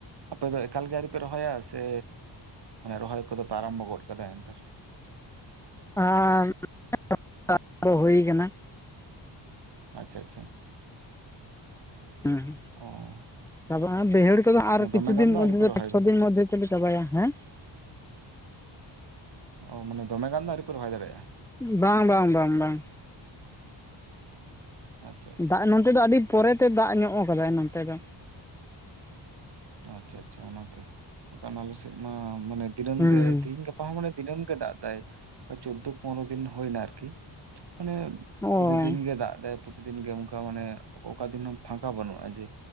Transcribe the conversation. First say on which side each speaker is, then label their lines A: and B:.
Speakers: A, on the right (about 60°); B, in the centre.
A: ᱟᱯᱮ ᱫᱚ ᱮᱠᱟᱞ ᱜᱮ ᱟᱨᱤ ᱯᱮ ᱨᱚᱦᱚᱭᱟ ᱥᱮ ᱮ ᱨᱚᱦᱚᱭ ᱠᱚᱫᱚ ᱯᱮ ᱟᱨᱚᱢᱵᱚ ᱜᱚᱫ ᱠᱟᱫᱟ ᱮᱱᱛᱟᱨ?
B: ᱟᱨ <inaudible> ᱦᱩᱭ ᱠᱟᱱᱟ᱾
A: ᱟᱪᱪᱷᱟ ᱟᱪᱪᱷᱟ᱾
B: ᱮᱸᱦᱮᱸ
A: ᱚ
B: ᱪᱟᱵᱟ ᱟᱸ ᱵᱟᱹᱭᱦᱟᱹᱲ ᱠᱚᱫᱚ ᱟᱨ
A: ᱫᱚᱢᱮ
B: ᱠᱤᱪᱷᱩ
A: ᱜᱟᱱ
B: ᱫᱤᱱ
A: ᱫᱚ
B: ᱢᱚᱫᱽ
A: ᱟᱹᱣᱨᱤ ᱯᱮ
B: ᱜᱮ
A: ᱨᱚᱦᱚᱭ
B: ᱯᱟᱪ ᱪᱷᱚ
A: ᱜᱚᱫᱟ
B: ᱫᱤᱱ ᱢᱚᱫᱷᱮ ᱛᱮᱞᱮ ᱪᱟᱵᱟᱭᱟ ᱦᱮᱸ᱾
A: ᱚ ᱢᱟᱱᱮ ᱫᱚᱢᱮ ᱜᱟᱱ ᱫᱚ ᱟᱹᱣᱨᱤᱯᱮ ᱨᱚᱦᱚᱭ ᱫᱟᱲᱮᱜᱼᱟ᱾
B: ᱵᱟᱝ ᱵᱟᱝ ᱵᱟᱝ ᱵᱟᱝ᱾
A: ᱟᱪᱪᱷᱟ ᱟᱪᱪᱷᱟ
B: ᱫᱟᱜ ᱮᱱᱟᱝ ᱛᱮ ᱫᱚ ᱟᱹᱰᱤ ᱯᱚᱨᱮ ᱛᱮ ᱫᱟᱜ ᱧᱚᱜ ᱟᱠᱟᱫᱟᱭ ᱱᱚᱱᱛᱮ ᱫᱚ᱾
A: ᱟᱪᱪᱷᱟ ᱟᱪᱪᱷᱟ ᱚᱱᱟᱛᱮ, ᱵᱟᱠᱷᱟᱱ ᱟᱞᱮᱥᱮᱫ ᱢᱟ ᱢᱟᱱᱮ ᱫᱤᱱᱟᱹᱢ
B: ᱦᱮᱸ
A: ᱜᱮ ᱛᱦᱤᱧ ᱜᱟᱯᱟ ᱦᱚ ᱢᱟᱱᱮ ᱫᱤᱱᱟᱹᱢ ᱜᱮ ᱫᱟᱜ ᱫᱟᱭ ᱠᱟ ᱪᱳᱫᱽᱫᱳ ᱯᱚᱱᱨᱚ ᱫᱤᱱ ᱦᱳᱭᱱᱟ ᱟᱨᱠᱤ᱾ ᱟᱱᱮ ᱯᱚᱛᱤᱫᱤᱱ
B: ᱚ ᱦᱳᱭ
A: ᱜᱮ ᱫᱟᱜ ᱫᱟᱭ ᱯᱩ ᱫᱤᱱ ᱜᱮ ᱚᱱᱠᱟ ᱢᱟᱱᱮ ᱚ-ᱚᱠᱟ ᱫᱤᱱ ᱦᱚ ᱯᱷᱟᱠᱟ ᱵᱟᱹᱱᱩᱜᱼᱟ ᱡᱮ